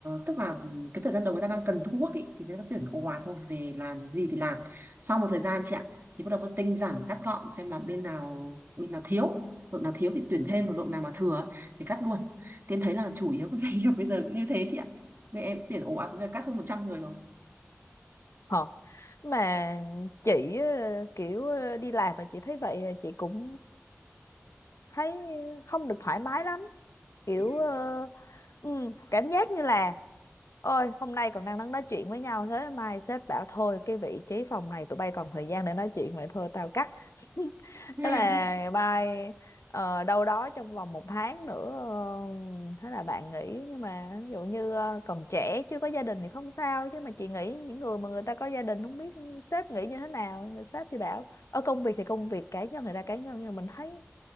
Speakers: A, on the right (about 50°); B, on the left (about 80°).
A: tức là cái thời gian đầu người ta đang cần thu hút ý, thì người ta tuyển ồ ạt thôi về làm gì thì làm sau một thời gian chị ạ thì bắt đầu phân tinh giảm cắt gọn xem là bên nào bên nào thiếu đội nào thiếu thì tuyển
B: Ừ.
A: thêm còn đội nào mà thừa ấy, thì cắt luôn thì em thấy là chủ yếu các <laughs> doanh nghiệp bây giờ cũng như thế chị ạ mẹ em tuyển ồ ạt bây giờ cắt hơn một trăm người rồi
B: Ờ. mà chị ờ, kiểu ờ, đi làm mà chị thấy vậy ờ, chị cũng thấy không được thoải mái lắm kiểu
A: ừ.
B: ờ, ừm, cảm giác như là ôi hôm nay còn đang đang nói chuyện với nhau thế mai sếp bảo thôi cái vị trí phòng này tụi bay còn thời gian để nói chuyện vậy thôi tao cắt <laughs>
A: Ừ.
B: thế là mai ờ, đâu đó trong vòng một tháng nữa ờ, thế là bạn nghỉ nhưng mà ví dụ như ờ, còn trẻ chưa có gia đình thì không sao chứ mà chị nghĩ những người mà người ta có gia đình không biết sếp nghĩ như thế nào nhưng mà sếp thì bảo ở công việc thì công việc cá nhân thì ra cá nhân nhưng mà mình thấy